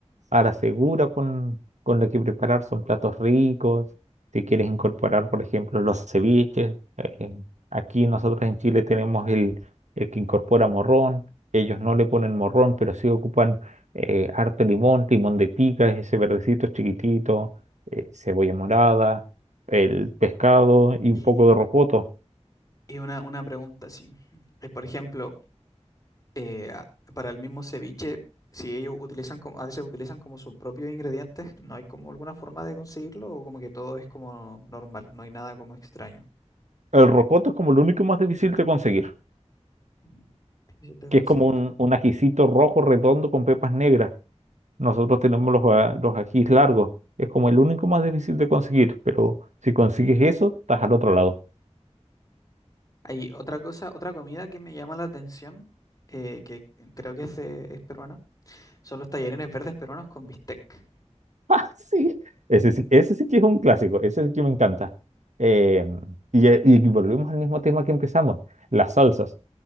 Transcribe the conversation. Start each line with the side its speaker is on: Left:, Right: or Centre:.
Right: a la segura con, con lo que preparar, son platos ricos. Si quieres incorporar, por ejemplo, los ceviches, eh, aquí nosotros en Chile tenemos el, el que incorpora morrón, ellos no le ponen morrón, pero sí ocupan eh, harto limón, limón de pica, ese verdecito chiquitito, eh, cebolla morada, el pescado y un
Left: Y,
Right: poco de rocoto.
Left: y una, una pregunta así. Eh, por ejemplo, eh, a- para el mismo ceviche, si ellos utilizan como, a veces utilizan como sus propios ingredientes, ¿no hay como alguna forma de conseguirlo o como que todo es como normal, no hay nada como extraño?
Right: El rocoto es como lo único más difícil de conseguir,
Left: Mm, Difícil de
Right: que
Left: conseguir.
Right: es como un, un ajicito rojo redondo con pepas negras. Nosotros tenemos los, a- los ajís largos. Es como el único más difícil de conseguir, pero si consigues eso, estás al otro lado. <laughs>
Left: Hay otra cosa, otra comida que me llama la atención, eh, que creo que es, de- es peruana, son los tallarines verdes peruanos con bistec.
Right: Ah, sí. Ese sí, ese sí que es un clásico, ese sí que me encanta. Eh, y, eh, y volvemos al mismo tema que empezamos, las salsas.